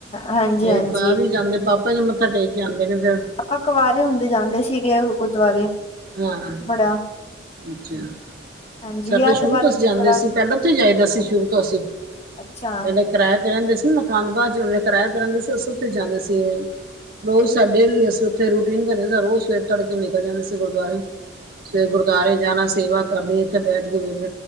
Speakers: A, on the left; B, on the right.
A: ਹਾਂਜੀ
B: ਤੇ
A: ਹਾਂਜੀ
B: ਪਾਵੀ ਜਾਂਦੇ ਪਾਪ ਆਂਦੇ, ਮੱਥਾ ਟੇਕ ਕੇ ਆਂਦੇ ਨੇ ਫੇਰ
A: ਆਪਾਂ, ਕੁਵਾਰੇ ਹੁੰਦੇ ਜਾਂਦੇ ਸੀਗੇ ਗੁਰਦੁਆਰੇ।
B: ਹਾਂ-
A: ਬੜਾ
B: ਅੱਛਾ।
A: ਹਾਂਜੀ
B: ਸਾਡੇ
A: ਵਿਆਹ
B: ਸ਼ੁਰੂ
A: ਬਾਅਦ
B: ਤੋਂ ਅਸੀਂ
A: ਫਿਰ
B: ਜਾਂਦੇ
A: ਥੋੜਾ
B: ਸੀ
A: ਘੱਟ
B: ਪਹਿਲਾਂ ਤੋਂ ਜਾਈਦਾ
A: ਹੀ
B: ਸੀ।
A: ਗਿਆ
B: ਸ਼ੁਰੂ ਤੋਂ ਅਸੀ,
A: ਅੱਛਾ
B: ਪਹਿਲੇ ਕਿਰਾਏ ਤੇ ਰਹਿੰਦੇ ਸੀ ਮਕਾਨ, ਬਾਦ ਜੇ ਕਿਰਾਇਆ ਤੇ ਰਹਿੰਦੇ ਸੀ। ਉਸ ਥੇ ਜਾਂਦੇ ਸੀ ਓ, ਰੋਜ਼ ਸਾ ਡੇਲੀ, ਅਸੀਂ ਉੱਥੇ ਰੂਟੀਨ ਬੰਨਿਆ, ਰੋਜ਼ ਸਵੇਰ ਤੜਕੇ ਨਿਕਲ ਜਾਂਦੇ ਸੀ ਗੁਰਦੁਆਰੇ। ਸਵੇਰੇ ਗੁਰਦੁਆਰੇ ਜਾਣਾ, ਸੇਵਾ ਕਰਨੀ। ਉੱਥੇ ਬੈਠ ਕੇ ਰੋਜ਼